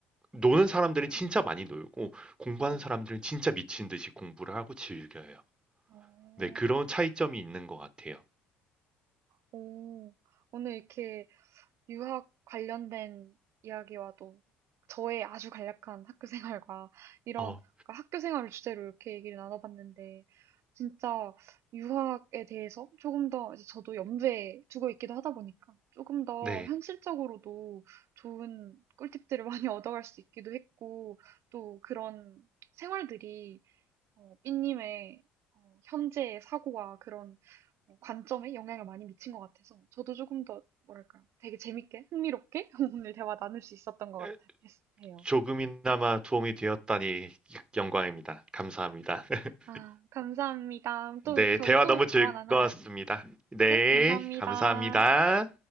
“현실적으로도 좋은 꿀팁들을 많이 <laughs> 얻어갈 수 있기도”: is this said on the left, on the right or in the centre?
Right